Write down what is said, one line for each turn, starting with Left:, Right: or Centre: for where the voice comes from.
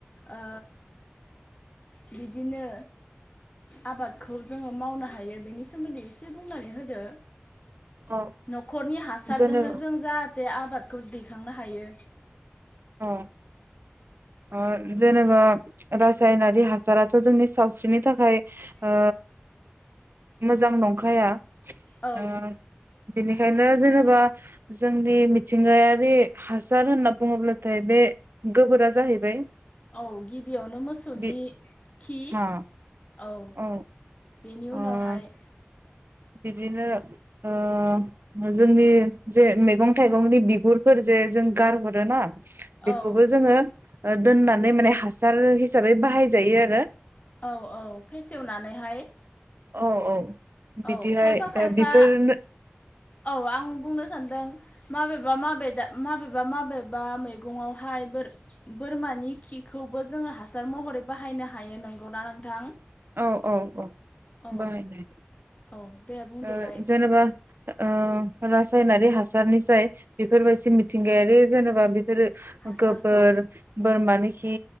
Left: ओ बिदिनो आबादखौ जोङो मावनो हायो बेनि सोमोन्दै इसे बुंनानै होदो।
Right: औ
Left: न'खरनि हासारजोंनो
Right: जेनेबा
Left: <unintelligible> आबादखौ दैखांनो हायो
Right: अ अ जेनेबा रासायनारि हासाराथ' जोंनि सावस्रिनि थाखाय ओ मोजां नंखाया
Left: औ
Right: ओ बेनिखायनो रो जेनेबा जोंनि मिथिंगायारि हासार होनना बुङोब्ला थाय बे गोबोरा जाहैबाय
Left: औ गिबियावनो मोसौनि
Right: बे
Left: खि
Right: हा
Left: औ
Right: औ
Left: बेनि उनावहाय
Right: ओ बिदिनो ओ जोंनि जे मैगं थाइगंनि बिगुरफोर जे जों गारहरोना
Left: औ
Right: बेखौबो जोङो दोननानै माने हासार हिसाबै बाहायजायो आरो
Left: औ औ फेसेवनानैहाय
Right: औ औ बिदिहाय
Left: औ खायफा खायफा
Right: बेफोरनो
Left: औ आं बुंनो सान दों माबेबा माबेा माबेबा माबेबा मैगंावहाय बोरमानि खिखौबो जोङो हासार महरै बाहायनो हायो नंगौना नोंथां?
Right: औ औ औ
Left: औ
Right: बाहायनाय
Left: औ दे बुंदोलाय
Right: ओ जेनेबा ओ रासायनारि हासारनि जाय बेफोरबायदि मिथिंगायारि जेनेबा <unintelligible>
Left: हासारखौ
Right: गोबोर बोरमानिखि